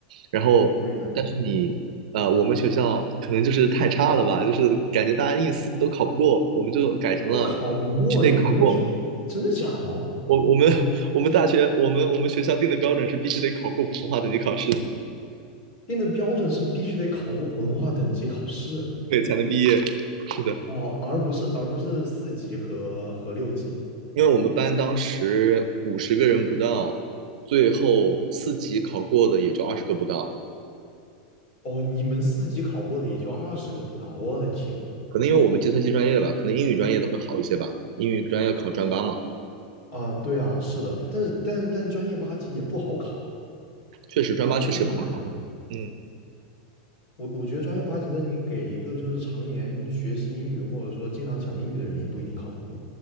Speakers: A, on the right (about 60°); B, on the left (about 35°).
A: 然后，
B: 对呀。
A: 但是你，呃，我们学校可能就是太差了吧，就是感觉大家英语四级都考不过，我们就改成了必须得考过。
B: 我考不过你们那学，真的假的？
A: 我我们 <laughs> 我们大学我们我们学校定的标准是必须得考过普通话等级考试，
B: 定的标准是必须得考过普通话等级考试
A: 对，才能毕业。是的。
B: 哦，而不是而不是四级和和六级
A: 因为我们班当时五十个人不到，最后四级考过的也就二十个不到。
B: 哦，你们四级考过的也就二十个不到，我的天
A: 可能因为我们计算机专业吧，可能英语专业的会好一些吧。英语专业考专八嘛，
B: 啊，对啊，是的，但是但是但是专业八级也不好考啊，
A: 确实专八确实也不好考。
B: 八级很难呢、
A: 嗯
B: 我我觉得专业八级的，你给一个就是常年学习英语或者说经常讲英语的人，也不一定考得过。